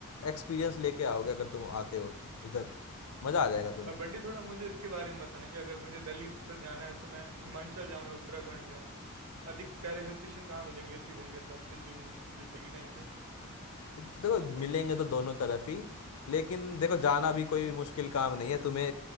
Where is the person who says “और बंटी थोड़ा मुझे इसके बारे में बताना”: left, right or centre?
Right